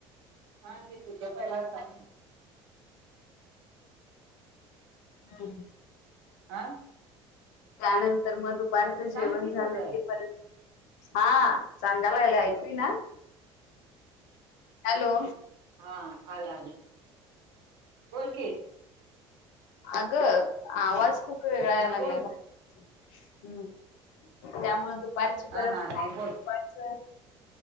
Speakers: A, on the right; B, on the left.
A: हा तर ते पहिलाच आहे.
B: हम्म
A: आं
B: त्यानंतर मग दुपारचं
A: सांग
B: जेवण
A: की
B: झालं
A: तुझं
B: कि परत हा सांगाय लागले ऐकू ईना हॅलो.
A: हा आला आल. बोलकीे.
B: अगं आवाज खूप वेगळा यायला
A: हा
B: लागलाय
A: बोल
B: बाहेरचा हम्म. त्यामुळे दुपारची
A: हा
B: परत
A: हा
B: काम
A: नाही बोल
B: पण